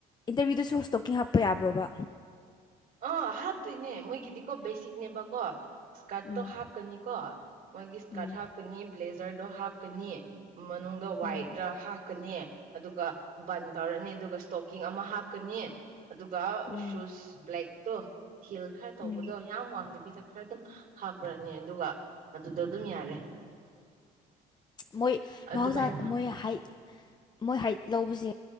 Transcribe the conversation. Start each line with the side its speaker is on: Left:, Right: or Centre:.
Left: ꯏꯟꯇꯔꯚꯤꯌꯨꯗꯨꯁꯨ ꯁ꯭ꯇꯣꯛꯀꯤꯡ ꯍꯥꯞꯄ ꯌꯥꯕ꯭ꯔꯣꯕ
Right: ꯑ ꯍꯥꯞꯇꯣꯏꯅꯦ ꯃꯣꯏꯒꯤꯗꯤꯀꯣ ꯕꯦꯁꯤꯛꯅꯦꯕꯀꯣ ꯏꯁꯀꯥꯔꯠꯇꯣ
Left: ꯎꯝ
Right: ꯍꯥꯞꯀꯅꯤꯀꯣ ꯃꯣꯏꯒꯤ ꯏꯁꯀꯥꯔꯠ
Left: ꯎꯝ
Right: ꯍꯥꯞꯀꯅꯤ ꯕ꯭ꯂꯦꯖꯔꯗꯣ ꯍꯥꯞꯀꯅꯤ ꯃꯅꯨꯡꯗ ꯋꯥꯏꯗ
Left: ꯎꯝ
Right: ꯍꯥ ꯍꯥꯞꯀꯅꯤ ꯑꯗꯨꯒ ꯕꯟ ꯇꯧꯔꯅꯤ ꯑꯗꯨꯒ ꯏꯁꯇꯣꯀꯤꯡ ꯑꯃ ꯍꯥꯞꯀꯅꯤ ꯑꯗꯨꯒ
Left: ꯎꯝ
Right: ꯁꯨꯁ ꯕ꯭ꯂꯦꯛꯇꯣ ꯍꯤꯜ ꯈꯔ ꯇꯧꯕꯗꯣ
Left: ꯎꯝ
Right: ꯌꯥꯝ ꯋꯥꯡꯗꯕꯤꯗ ꯈꯔ ꯑꯗꯨꯝ ꯍꯥꯞꯄꯨꯔꯅꯤ ꯑꯗꯨꯒ ꯑꯗꯨꯗꯣ ꯑꯗꯨꯝ ꯌꯥꯔꯦ
Left: ꯃꯣꯏ
Right: ꯑꯗꯨꯃꯥꯏꯅ
Left: ꯃꯍꯥꯎꯁꯥ ꯃꯣꯏ ꯍ ꯃꯣꯏ ꯍꯥꯏꯠ ꯂꯧꯕꯁꯦ